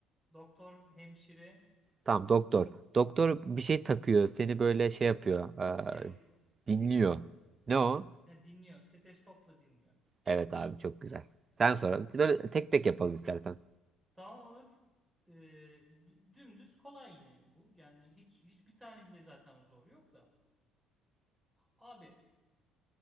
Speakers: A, on the right; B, on the right.
A: Doktor, hemşire,
B: Tamam doktor. Doktor bir şey takıyor. Seni böyle şey yapıyor.
A: serum.
B: e, dinliyor. Ne o?
A: Ya dinliyor. Steteskopla dinliyor.
B: Evet abi çok güzel. Sen sonra böyle tek tek yapalım istersen.
A: Tamam olur. Ee, d- dümdüz kolay yine bu. Yani hiç hiçbir tane bile zaten zor yok da. Abi